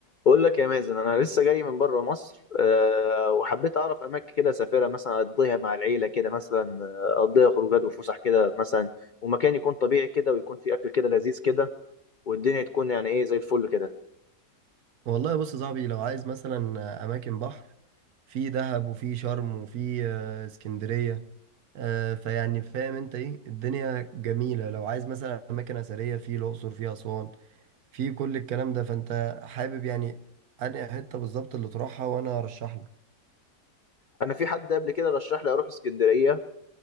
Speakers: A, on the left; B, on the right.
A: بقول لك يا مازن انا لسه جاي من بره مصر أه وحبيت اعرف اماكن كده اسافرها مثلا اقضيها مع العيله كده مثلا آه، اقضيها خروجات وفسح كده مثلا ومكان يكون طبيعي كده ويكون فيه اكل كده لذيذ كده والدنيا تكون يعني ايه زي الفل كده
B: والله بص يا صاحبي لو عايز مثلا اماكن بحر في دهب وفي شرم وفي آه، اسكندريه آه، فيعني فاهم انت ايه الدنيا جميله لو عايز مثلا اماكن اثريه في الاقصر في اسوان في كل الكلام ده فانت حابب يعني انهي حته بالظبط اللي تروحها وانا ارشح لك
A: انا في حد قبل كده رشح لي اروح اسكندريه